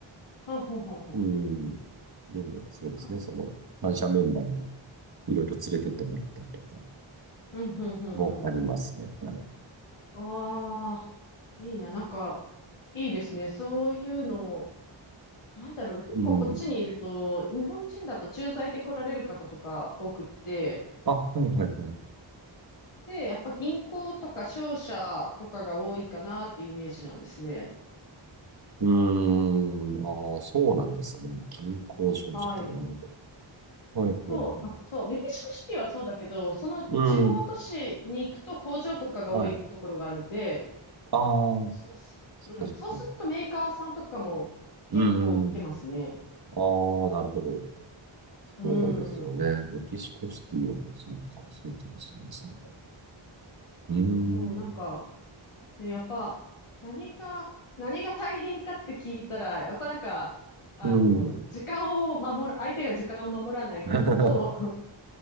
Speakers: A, on the left; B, on the right.
A: ほうほうほうほ
B: うん、でも、そうですね、
A: う。えか。
B: その、反社メンバーにいろいろ連れてってもらったりとか
A: うん、うん、うん、
B: もありますね、
A: うん、うん。
B: はい。
A: ああ、いいな。なんか、いいですね。そういうの、なんだろうな。結構こっちにいると、
B: うん。
A: 日本人だと駐在で来られる方とか多くって、
B: あ、はいはいはい。
A: で、やっぱ銀行とか商社とかが多いかなっていうイメージなんですね。
B: うーん、ああ、そうなんですね。銀行商社か、
A: はい。
B: なるほど。はいはいはい。
A: そう、あ、そう、メキシコシティはそうだけど、その地方都市に行くと工場とかが多いところがあるんで、
B: うん、はい。ああ、
A: そうす、
B: そっかそっか。
A: うん、そうするとメーカーさんとかも結構来てますね。
B: うんうん。ああ、なるほど。
A: うん。
B: そうですよね。メキシコシティは、そうか、そうかもしれないですね。うーん。
A: そう、なんか、ね、やっぱ、何が、何が大変かって聞いたら、やっぱなんか、あの、
B: うん。
A: 時間を守る、相手が時間を守らないことと、
B: <laughs>
A: <laughs>